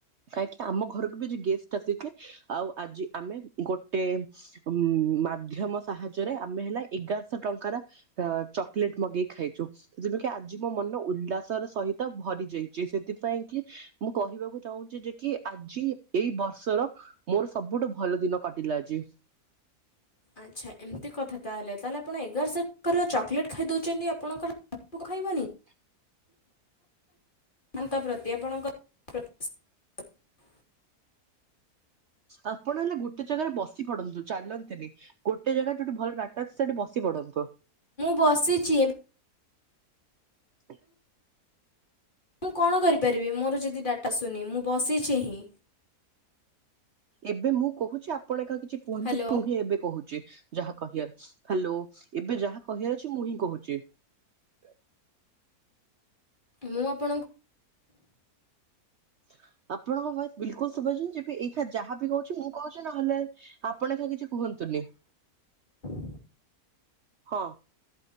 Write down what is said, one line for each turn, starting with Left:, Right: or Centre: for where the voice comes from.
Right: କାହିଁକି ଆମ ଘରକୁ ବି ଆଜି ଗେଷ୍ଟ ଆସିଥିଲେ ଆଉ ଆଜି ଆମେ ଗୋଟେ ଉଁ ମାଧ୍ୟମ ସାହାଯ୍ୟରେ ଆମେ ହେଲା ଏଗାରଶହ ଟଙ୍କାର ଚକୋଲେଟ୍ ମଗେଇ ଖାଇଚୁ। ଯେମତି ଆଜି ମୋ ମନ ଉଲ୍ଲାସର ସହିତ ଭରି ଯାଇଚି ସେଥିପାଇଁ କି ମୁଁ କହିବାକୁ ଚାହୁଁଚି ଯେ କି ଆଜି ଏଇ ବର୍ଷର ମୋର ସବୁଠୁ ଭଲ ଦିନ କାଟିଲା ଆଜି।
Left: ଆଚ୍ଛା ଏମିତି କଥା ତାହେଲେ ତାହେଲେ ଆପଣ ଏଗାରଶହ କାର ଚକୋଲେଟ୍ ଖାଇଦଉଛନ୍ତି। ଆପଣଙ୍କର ଆକୁ ଖାଇବନି।
Right: ହ
Left: ତାଙ୍କ ପ୍ରତି ଆପଣଙ୍କର <unintelligible>
Right: ଆପଣ ହେଲେ ଗୋଟେ ଜାଗାରେ ବସି ପଡନ୍ତୁ ଚାଲନ୍ତୁନି। ଗୋଟେ ଜାଗାରେ ଯୋଉଠି ଭଲ ଡାଟା ଅଛି। ସେଇଠି ବସି ପଡନ୍ତୁ।
Left: ପଶିଚି ଏବ
Right: ସେ <inaudible>
Left: ମୁଁ କଣ କରିପାରିବି ମୋର ଯଦି ଡାଟା ଶୁନି ମୁଁ ବସିଚି ହିଁ।
Right: ଏବେ ମୁଁ କୋହୁଛି ଆପଣ ଏକା କିଛି କୁହନ୍ତୁନି।
Left: ହ୍ୟାଲୋ
Right: ମୁଁ ହିଁ ଏବେ କୋହୁ ଚି ଯାହା କହିଆର ହାଲୋ ଏବେ ଯାହା କହିଆର ଅଛି। ମୁଁ ହିଁ କୋହୁଚି। ହ <inaudible>
Left: ମୁଁ ଆପଣ
Right: ହ <unintelligible> ଆପଣଙ୍କ ଭଏସ ବିଲକୁଲ ସୁଭାଯାଉଚି। କି ଏଇଖିଣା ଯାହା ବି ହୋଉଚି ମୁଁ କହୁଚି। ନହେଲେ ଆପଣ ଏକା କିଛି କୁହନ୍ତୁନି। ହ <inaudible>
Left: ହୁଁ <inaudible>
Right: ହଁ।